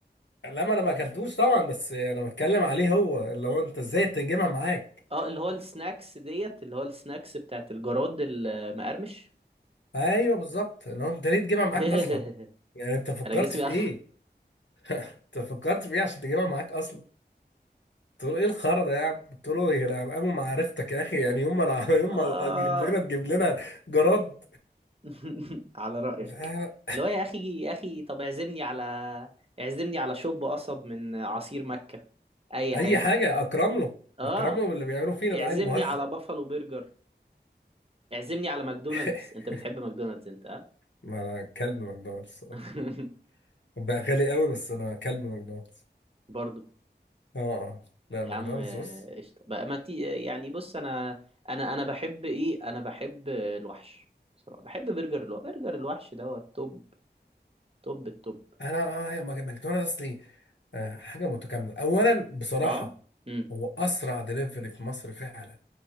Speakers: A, on the left (about 80°); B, on the right (about 30°).
A: لا ما انا ما اكلتوش طبعا بس انا بتكلم عليه هو اللي هو انت ازاي تجيبها معاك
B: <laughs> اه اللي هو السناكس ديت اللي هو السناكس بتاعت الجراد المقرمش
A: ايوه بالظبط اللي هو انت ليه تجيبها معاك
B: <laughs>
A: اصلا يعني انت فكرت
B: انا جسمي
A: في
B: <laughs>
A: ايه انت فكرت في ايه عشان تجيبها معاك اصلا قلت له ايه الخرا ده يا عم قلت له يا عم قاموا معرفتك يا اخي يعني يوم ما انا <laughs> يوم
B: آه
A: ما تجيب لنا تجيب لنا جراد
B: <laughs> على رأيك
A: لا
B: اللي هو يا أخي يا أخي طب اعزمني على اعزمني على شوب قصب من عصير مكة
A: <laughs>
B: أي
A: اي
B: حاجة
A: حاجه اكرم له
B: آه
A: اكرم له باللي بيعملوا فينا
B: اعزمني
A: ده عيل مهزأ
B: على بافالو برجر اعزمني على ماكدونالدز
A: <laughs>
B: انت بتحب ماكدونالدز انت ها
A: ما انا كلب ماكدونالدز الصراحه
B: <laughs>
A: بقى غالي قوي بس انا كلب ماكدونالدز
B: برضو
A: اه آه. لا
B: يا
A: ماكدونالدز
B: عم آه،
A: بص
B: قشطة بقى ما تي يعني بص انا انا انا بحب ايه انا بحب آه، الوحش بصراحة بحب برجر الوحش برجر الوحش دوت توب توب التوب
A: انا آه، هي ماك- ماكدونالدز اصلي آه، حاجه متكامله اولا بصراحه
B: اه امم
A: هو اسرع دليفري في مصر فعلا